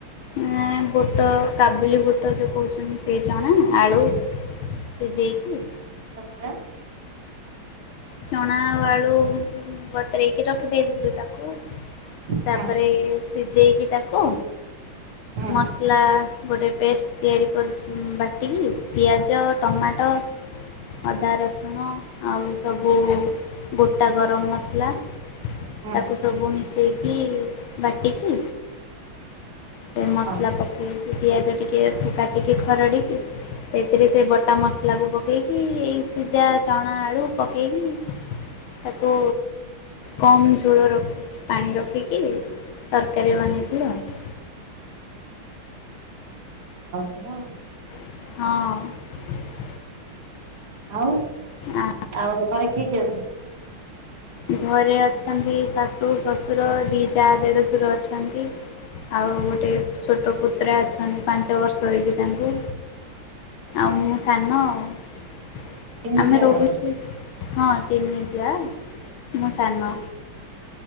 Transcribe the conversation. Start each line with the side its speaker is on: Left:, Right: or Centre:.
Left: ନାଇ ବୁଟ କାବୁଲି ବୁଟ ଯୋଉ କହୁଚନ୍ତି ସେଇ ଚଣା ଆଳୁ। ସିଯେଇକି।
Right: ତା।
Left: ଚଣା ଆଳୁ ବତୁରେଇକି ରଖି ଦେଇଥିଲୁ ତାକୁ। ତାପରେ
Right: ହୁଁ
Left: ସିଝେଇକି ତାକୁ।
Right: ହୁଁ
Left: ମସଲା ଗୋଟେ ପେଷ୍ଟ ତିଆରି କରି ବାଟିକି ପିଆଜ ଟମାଟୋ ଅଦା ରସୁଣ ଆଉ। ସବୁ ଗୋଟା ଗରମ ମସଲା
Right: ହୁଁ
Left: ତାକୁ ସବୁ ମିସେ ଇ ଦେଇକି ବାଟିକି ସେ ମସଲା
Right: ହଁ
Left: ପକେଇ। ପିଆଜ ଟିକେ ଫୁ କାଟିକି ଖରଡ଼ିକି। ସେଇଥିରେ ସେ ବଟା ମସଲା କୁ ପକେଇକି ଏଇ ସିଝା ଚଣା ଆଳୁ ପକେଇକି। ତାକୁ। କମ ଝୋଳ ରଖି ପାଣି ରଖିକି ତରକାରୀ ବନେଇଥିଲୁ ଆଉ। <inaudible>
Right: ହା ଲୋ।
Left: ହଁ।
Right: ଆଉ
Left: ଆ
Right: ଆଉ ଘରେ କିଏ କି ଅଛନ୍ତି।
Left: ଘରେ ଅଛନ୍ତି ଶାଶୁ ଶଶୁର ଦି ଯା ଦେଢଶୁର ଅଛନ୍ତି। ଆଉ ଗୋଟେ ଛୋଟ ପୁତୁରା ଅଛନ୍ତି ପାଞ୍ଚ ବର୍ଷ ହେଇଛି ତାଙ୍କୁ। ଆଉ ମୁଁ ସାନ ଆଉ।
Right: ତିନି
Left: ଆମେ
Right: ଯା
Left: ରହୁଛୁ
Right: ବୋଧେ
Left: ହଁ ତିନି ଯା। ମୁଁ ସାନ।